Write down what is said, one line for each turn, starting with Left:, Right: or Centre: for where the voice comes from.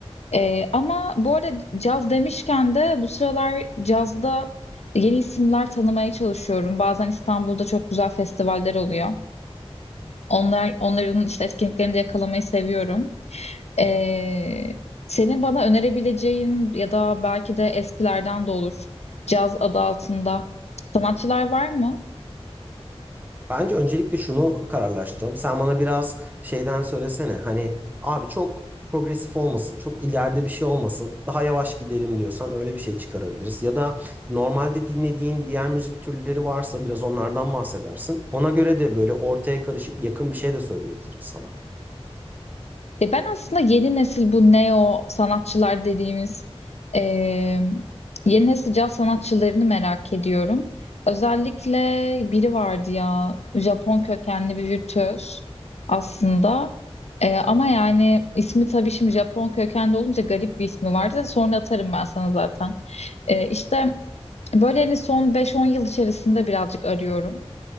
Left: Ee, ama bu arada caz demişken de bu sıralar cazda yeni isimler tanımaya çalışıyorum. Bazen İstanbul'da çok güzel festivaller oluyor. Onlar onların işte etkinliklerini de yakalamayı seviyorum. Ee, senin bana önerebileceğin ya da belki de eskilerden de olur caz adı altında sanatçılar var mı?
Right: Bence öncelikle şunu kararlaştıralım. Sen bana biraz şeyden söylesene. Hani abi çok progresif olmasın, çok ileride bir şey olmasın. Daha yavaş gidelim diyorsan öyle bir şey çıkarabiliriz. Ya da normalde dinlediğin diğer müzik türleri varsa biraz onlardan bahsedersin. Ona göre de böyle ortaya karışık yakın bir şey de söyleyebilirim sana.
Left: E ben aslında yeni nesil bu neo sanatçılar dediğimiz e, yeni nesil caz sanatçılarını merak ediyorum. Özellikle biri vardı ya Japon kökenli bir virtüöz aslında. E, ama yani ismi tabii şimdi Japon kökenli olunca garip bir ismi vardı. da Sonra atarım ben sana zaten. E, işte böyle hani son beş-on yıl içerisinde birazcık arıyorum.